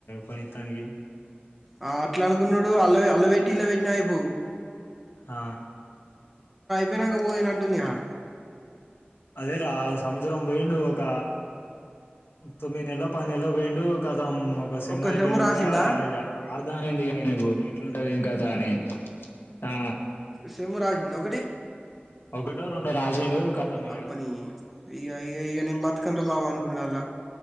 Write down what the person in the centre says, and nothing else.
ఆ అట్లా అనుకున్నాడు అల్లోపెట్టి ఇల్లో పెట్టినా అయిపోవు.
తినకపోయినట్టుంది కదా.
ఒక్క
సెమ్ము రాసిండా
సెమ్ రాసిండా ఒకటి.
అబ్బని ఇక ఇక ఇక నేను బతుకను రా బాబు అనుకున్నాలా